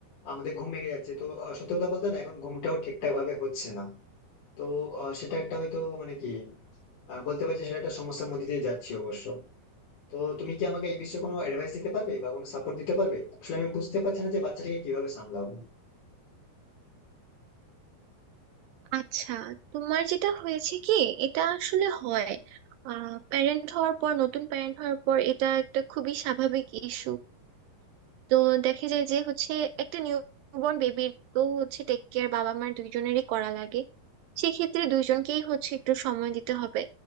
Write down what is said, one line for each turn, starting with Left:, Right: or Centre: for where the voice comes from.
Left: আমাদের ঘুম ভেঙে যাচ্ছে তো আহ, সত্যি কথা বলতে না এখন ঘুমটাও ঠিকঠাক ভাবে হচ্ছে না তো আহ, সেটা একটা হয়তো মানে কি আহ, বলতে পারছি সেটা একটা সমস্যার মধ্যে দিয়ে যাচ্ছি অবশ্য তো তুমি কি আমাকে এই বিষয়ে কোনো অ্যাডভাইস দিতে পারবে বা কোনো সাপোর্ট দিতে পারবে আসলে আমি বুঝতে পারছি না যে বাচ্চাটাকে কিভাবে সামলাবো
Right: আচ্ছা তোমার যেটা হয়েছে কি এটা আসলে হয় আহ প্যারেন্ট হওয়ার পর নতুন প্যারেন্ট হওয়ার পর এটা একটা খুবই স্বাভাবিক ইস্যু তো দেখা যায় যে হচ্ছে একটা নিউবর্ন বেবির তো হচ্ছে টেক কেয়ার বাবা মার দুইজনেরই করা লাগে সেক্ষেত্রে দুইজনকেই হচ্ছে একটু সময় দিতে হবে